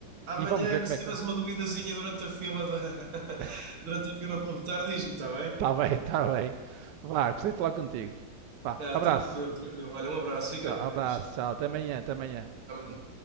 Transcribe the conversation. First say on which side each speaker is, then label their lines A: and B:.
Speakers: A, on the right (about 85°); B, on the right (about 70°).
A: amanhã,
B: E vamos ver
A: que
B: como
A: se
B: é
A: tiveres
B: que.
A: uma duvidazinha durante a fila da, <laughs>
B: <laughs>
A: durante a fila para votar, diz-me, está bem?
B: Está bem, está bem. Vá, gostei de falar contigo. Vá,
A: Ah,
B: abraço.
A: tranquilo, tranquilo. Olha, um abraço, fica
B: Tchau, abraço,
A: bem. Até
B: tchau. Até amanhã, até amanhã.
A: Amanhã.